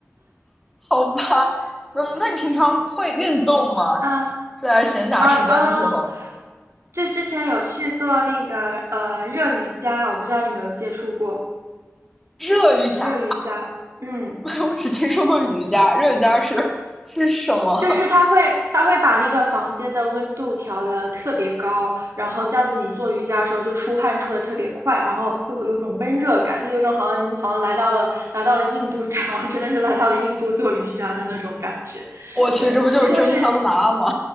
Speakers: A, in the centre; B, on the right (about 65°).
A: 好吧。嗯，那你平常会运动吗？
B: <laughs> 嗯。
A: 在闲暇时间的时候，
B: 呃呃，这之前有去做那个呃热瑜伽，我不知道你有没有接触过
A: 热瑜伽，
B: 热瑜伽。嗯，
A: <laughs> 我只听说过瑜伽，热瑜伽是是什么？
B: 就是它会它会把那个房间的温度调的特别高，然后这样子你做瑜伽的时候就出汗出的特别快，然后又会有种闷热感，就有种好像你好像来到了来到了印度，<laughs> 然后真的是来到了印度做瑜伽的那种感觉。
A: <laughs> 我去，
B: 对，
A: 这不就是蒸桑拿吗？
B: 其实就是。